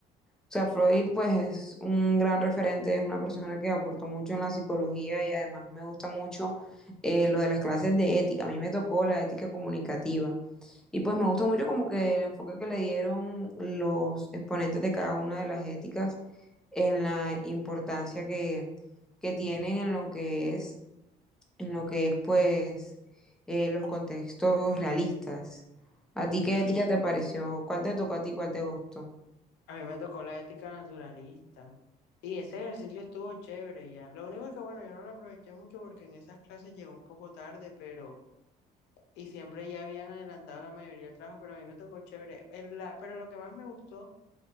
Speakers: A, in the centre; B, on the left.
A: O sea, Freud pues es un gran referente, es una persona que aportó mucho en la psicología y además me gusta mucho eh, lo de las clases de ética. A mí me tocó la ética comunicativa. Y pues me gustó mucho como que el enfoque que le dieron los exponentes de cada una de las éticas en la importancia que, que tienen en lo que es, en lo que es pues eh, los contextos realistas. ¿A ti qué ética te pareció? ¿Cuál te tocó a ti? ¿Cuál te gustó?
B: A mí me tocó la ética naturalista. Y ese ejercicio estuvo chévere ya. Lo único es que, bueno, yo no lo aproveché mucho porque en esas clases llegó un poco tarde, pero... Y siempre ya habían adelantado la mayoría del trabajo, pero a mí me tocó chévere. El- la- pero lo que más me gustó,